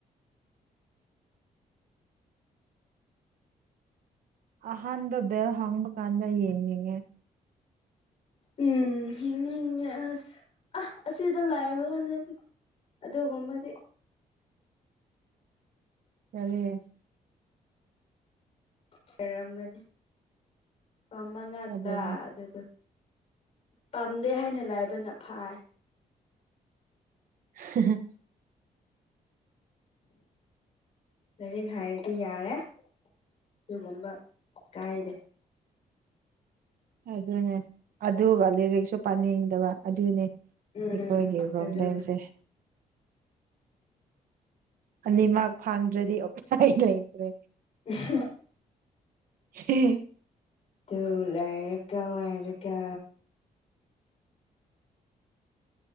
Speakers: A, on the right (about 80°); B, on the left (about 50°).
A: ꯑꯍꯥꯟꯕ ꯚꯦꯜ ꯍꯥꯡꯕ ꯀꯥꯟꯗ ꯌꯦꯡꯅꯤꯡꯉꯦ
B: ꯎꯝ ꯌꯦꯡꯅꯤꯡꯉꯦ ꯑꯁ ꯑ ꯑꯁꯤꯗ ꯂꯩꯕ <unintelligible> ꯑꯗꯨꯒꯨꯝꯕꯗꯤ
A: ꯀꯔꯤ
B: ꯈꯔꯝꯒꯅꯤ ꯄꯥꯝꯕ ꯉꯥꯛꯇ
A: ꯑꯗꯨꯅꯦ
B: ꯑꯗꯨꯗꯨ ꯄꯥꯝꯗꯦ ꯍꯥꯏꯅ ꯂꯥꯏꯕꯅ ꯐꯥꯏ
A: ꯍꯥ ꯍꯥ
B: ꯂꯩꯏꯔꯤꯛ ꯍꯩꯔꯗꯤ ꯌꯥꯔꯦ ꯗꯨꯒꯨꯝꯕ ꯀꯥꯏꯗꯦ
A: ꯑꯗꯨꯅꯦ ꯑꯗꯨꯒ ꯂꯦꯔꯤꯛꯁꯨ ꯄꯥꯅꯤꯡꯗꯕ ꯑꯗꯨꯅꯦ
B: ꯎꯝ
A: ꯑꯩꯈꯣꯏꯒꯤ ꯄ꯭ꯔꯣꯕ꯭ꯂꯦꯝꯁꯦ
B: ꯑꯗꯨ
A: ꯑꯅꯤꯃꯛ ꯐꯪꯗ꯭ꯔꯗꯤ ꯑꯣꯄꯥꯏ ꯂꯩꯇ꯭ꯔꯦ
B: ꯎꯍꯝ
A: ꯍꯍꯤ
B: ꯑꯗꯨ ꯂꯥꯏꯔ ꯀꯋꯥꯏꯔ ꯀꯥ